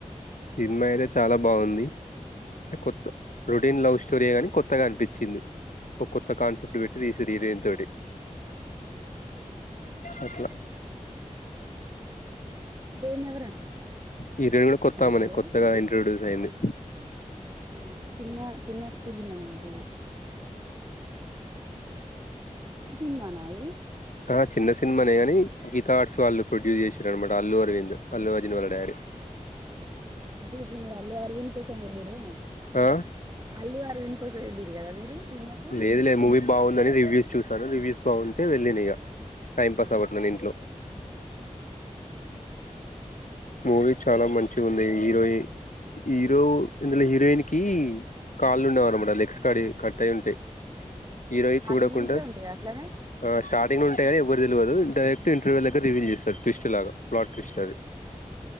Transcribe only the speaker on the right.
ఊహు
హీరోయిన్ ఎవరండి
అందులో
అ అంటే చిన్న చిన్న ఫిలీమ్ అన్నమాట ఇది చిన్న సినిమానా ఇది
ఆహా అంటే ఇప్పుడు మీరు అల్లు అరవింద్ కోసం వెళ్ళడేమో
అల్లు అరవింద్ కోసం వెళ్లారు కదా మీరు సినిమాకు
ఉ
స్టార్టింగ్
నుంచే ఉంటాయా అట్లనే